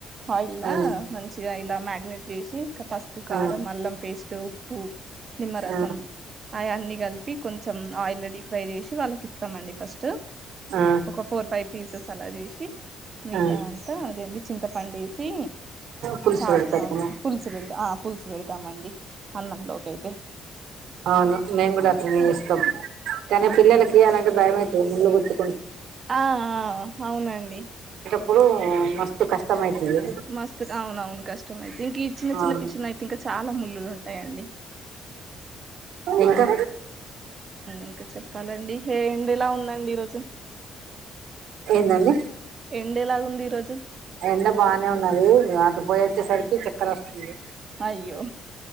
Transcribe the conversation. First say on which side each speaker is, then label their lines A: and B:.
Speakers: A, on the right (about 40°); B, on the right (about 75°).
A: ఆయిల్ ల
B: ఆ
A: మంచిగా ఇలా మాగ్నేట్ చేసి ఇంకా పసుపు కారం
B: ఆ
A: అల్లం పేస్ట్ ఉప్పు నిమ్మరసం
B: ఆ
A: ఆయన్ని కలిపి కొంచెం ఆయిల్ ఫ్రై చేసి వాళ్ళకి ఇస్తామండి ఫస్ట్
B: ఆ ఆ
A: ఒక ఫోర్ ఫైవ్ పీసెస్ అలా చేసి మిగితా
B: ఆ
A: అంత అదెంటి చింత వండేసి
B: పులుసు
A: చార్
B: పెడతారేమో
A: పుల్సు బెడతం ఆ పుల్సు పెడతామండి అన్నంలోకి అయితే
B: ఆ అవును మేము కూడా అట్లనే
A: ఆ
B: ఇస్తాం కానీ పిల్లలకి
A: అవునా
B: అలాంటి భయమైతే ఎమ్ ఉండకూడదు
A: ఆ అవునండి
B: ఇప్పుడు మస్తు కష్టం అయితది
A: మస్తు అవున అవును కష్టమైతే ఇంక చిన్న చిన్న
B: అవును
A: పిషన్ అయితే ఇంకా చాలా ము లూ ఉంటాయి అండి
B: ఇంకా
A: ఇంకా చెప్పాలండి ఎండ ఇలా ఉందండి ఈరోజు
B: ఏందండి
A: ఎండేలాగు ఉంది ఈరోజు
B: ఎండ బాగానే ఉన్నది అటు పోయిచ్చేసరికి చక్కర వస్తుంది
A: అయ్యో